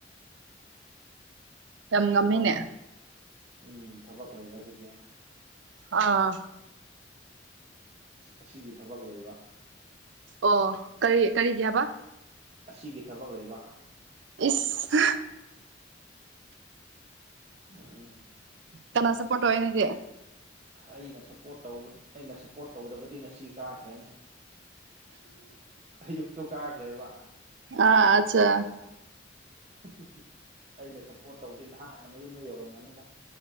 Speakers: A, on the right (about 75°); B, on the right (about 35°).
A: ꯌꯥꯝ ꯉꯝꯃꯤꯅꯦ
B: ꯊꯕꯛ ꯎꯝ ꯊꯕꯛ ꯂꯩꯕꯗꯨꯒꯤ ꯑꯩꯅ
A: ꯑꯥ
B: ꯁꯤ ꯑꯁꯤꯒꯤ ꯊꯕꯛ ꯂꯩꯕ
A: ꯑꯣ ꯀꯔꯤ ꯀꯔꯤꯒꯤ ꯍꯥꯏꯕ
B: ꯑꯁꯤꯒꯤ ꯊꯕꯛ ꯂꯩꯕ
A: ꯏꯁ
B: ꯑꯥ <unintelligible>
A: ꯀꯅꯥ ꯁꯄꯣꯔꯠ ꯇꯧꯌꯦ ꯅꯪꯗꯤ
B: ꯑꯩꯅ ꯁꯞꯄꯣꯔꯠ ꯇꯧꯕ ꯑꯩꯅ ꯁꯞꯄꯣꯔꯠ ꯇꯧꯗꯕꯗꯤ ꯉꯁꯤ ꯀꯥꯈ꯭ꯔꯦꯅꯦ ꯑꯌꯨꯛꯇꯣ ꯀꯥꯈ꯭ꯔꯦꯕ
A: ꯑꯥ ꯑꯆꯥ
B: ꯍꯤꯍꯤ ꯑꯩꯅ ꯁꯞꯄꯣꯔꯠ ꯇꯧꯕꯗꯤ ꯅꯍꯥꯟꯅ ꯃꯌꯨꯝꯗ ꯌꯧꯔꯝꯃꯅꯤꯗ